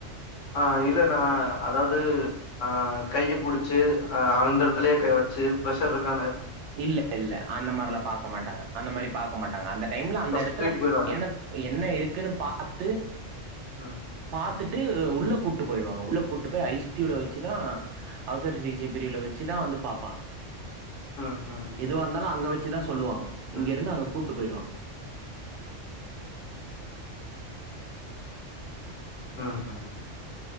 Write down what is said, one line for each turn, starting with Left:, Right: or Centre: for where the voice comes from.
Left: ஆ இல்லேணா அதாது ஆ கையை புடிச்சி ஆ அந்தே இடத்துலயே கை வச்சி பிரஷர் இருக்கா
Right: இல்லே இல்லே அந்தே மாரிலா பாக்க மாட்டாங்கே அந்த மாரி பாக்க மாட்டாங்கே அந்த டைம்லே அந்த
Left: ஃபர்ஸ்ட்
Right: இடத்துலே
Left: தூக்கிட்டு போயிருவாங்க
Right: என்னே என்னே இருக்குன்னு பாத்து
Left: ம்
Right: பாத்துட்டு உள்ளே கூப்டு போயிடுவாங்கே உள்ளே கூப்டு போய் ஐ சி யூலே வச்சிதா அவசர சிகிச்சை பிரிவுல வச்சிதா வந்து பார்ப்பாங்கே
Left: ம் ம் ம்
Right: எதுவாக இருந்தாலும் அங்கே வச்சிதா சொல்லுவாங்கே இங்க
Left: ஓகே ஓகே
Right: இருந்து அங்கே கூப்டு போயிடுவாங்கே
Left: ம்